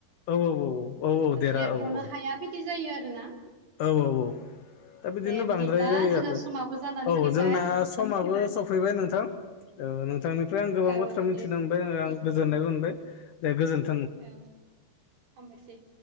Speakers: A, on the left (about 65°); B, on the right (about 65°).
A: औ औ औ
B: ओ
A: औ औ देर
B: देरख'नो
A: औ औ।
B: हाया बिदि जायो आरोना
A: औ औ औ दा बिदिनो
B: दे बिदिब्ला
A: बांद्राय जायो
B: जोंहा
A: आरो
B: समाबो जानानै
A: औ
B: फैबाय
A: जोंना सम माबो सफैबाय नोंथां ओ नोंथांनिफ्राय आं गोबां
B: औ
A: बाथ्रा मिथिना
B: दे
A: मोनबाय ओ आं गोजोननायबो मोनबाय दे गोजोनथों।
B: औ हामबायसै।